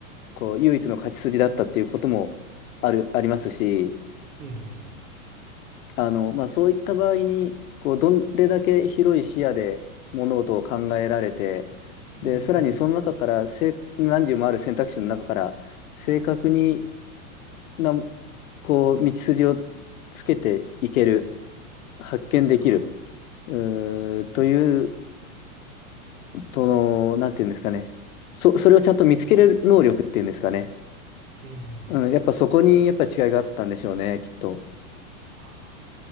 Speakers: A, on the left; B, on the right.
A: こう、唯一の勝ち筋だったっていうこともある、ありますし、
B: ええ、
A: あの、まあ、そういった場合に、こう、どれだけ広い視野で物事を考えられて、
B: うーん。
A: で、さらにその中から、せい何十もある選択肢の中から、正確にな、こう、道筋をつけていける、発見できる、
B: は
A: うーという、その、なんていうんですかね。そ、それをちゃんと見つけれる能力っていうんですかね。
B: い。え
A: うん、やっぱそこにやっぱり違いがあったんでしょうね、
B: え、
A: きっと。
B: あ